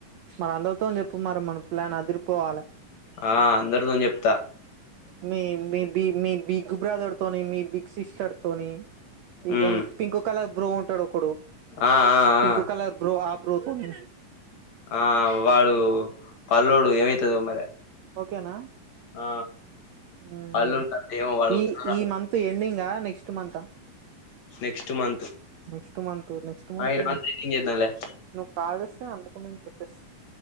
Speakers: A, on the right (about 80°); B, on the left (about 55°).
A: మరి అందరితో చెప్ మరి మన ప్లాన్ అదిరిపోవాలే
B: ఆ అందరితో చెప్త
A: మీ మీ బి మీ బిగ్ బ్రదర్ తోని మీ బిగ్ సిస్టర్ తోని ఈగేన్
B: ఉమ్
A: పింకు కలర్ బ్రో ఉంటాడు కొడు
B: ఆ ఆ
A: పింకు
B: ఆ
A: కలర్ బ్రో ఆ బ్రో తోనీ
B: ఆ వాడు పల్ల్లోడు ఏమైతదో మరి
A: ఓకేనా
B: ఆ
A: ఉ
B: పల్లోని
A: మరి
B: కథ ఏమో వాడు వత్తడో
A: ఈ
B: రాడో
A: ఈ మంత్ ఎండింగ్ నెక్స్ట్ మంతా
B: next month
A: next month next మంత్
B: ఆ ఈ ఎండింగ్ చేద్దాంలే
A: నువ్వు కాల్ చేస్తే అనుకునేంచి వచ్చేస్తా